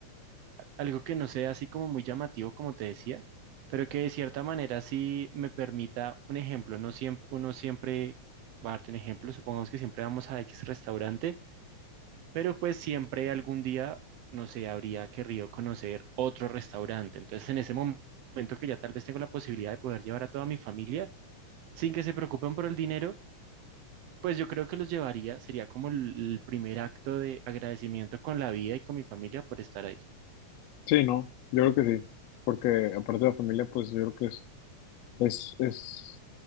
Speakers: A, on the right; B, on the left.
A: algo que no sea así como muy llamativo, como te decía, pero que de cierta manera sí me permita un ejemplo. No siempre, uno siempre va a darte un ejemplo, supongamos que siempre vamos a X restaurante, pero pues siempre algún día, no sé, habría querido conocer otro restaurante. Entonces, en ese mom- momento que ya tal vez tengo la posibilidad de poder llevar a toda mi familia sin que se preocupen por el dinero. Pues yo creo que los llevaría, sería como el el primer acto de agradecimiento con la vida y con mi familia por estar ahí.
B: Sí, no, yo creo que sí. Porque aparte de la familia, pues yo creo que es, es, es,